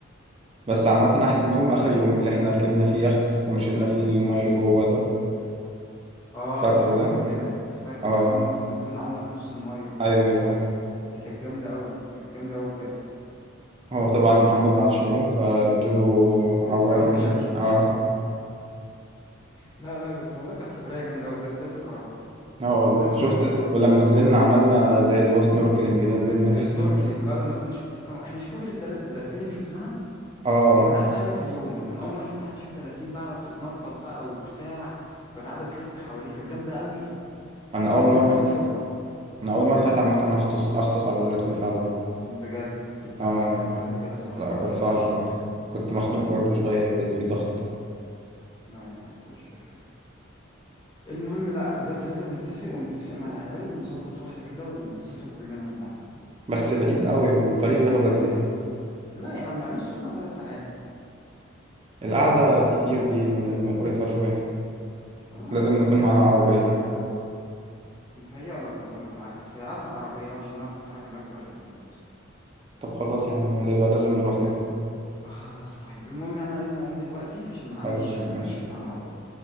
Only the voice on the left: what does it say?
اه
الحوار
ده كان جامد فاكر
ونزلنا في... نزلنا عمنا في نص المية
دي كانت جامدة قوي كانت جامدة قوي بجد
اللايف
جاكيت
لا لا بس والله كانت سفرية جامدة أوي بجد لازم نكررها
لازم
بجد نكررها
السنوركلينج
اه لما نزلنا شفت السمك احنا شوف فاكر الدل... الدلافين اللي شفناها
دي كانت أحسن حاجة في اليوم أنا كان أول مرة أشوف في حياتي أشوف دلافين بقى قاعدة بتتنطط بقى وبتاع كانت قاعدة بتلف حواليه كانت جامدة أوي
كان
أول
مرة في حياتي أشوفها
بجد لا
أنا جربتها قبل كده بصراحة
زمان
في شرم
الشيخ
لا يا عم ما تقولش كده المهم لا بجد لازم نتفق ونتفق مع العيال ونظبط واحدة كده ونسافر كلنا في مرة
لا يا عم عين السخنة ثلاث ساعات
لا
لا لا، والله
عادي
متهيألك متهيألك والله بالعكس هي عايزة عربية عشان نعرف نتحرك هناك براحتنا برضه
خلاص طيب المهم يعني أنا لازم أقوم دلوقتي عشان عندي
الجيم ماشي
فهقوم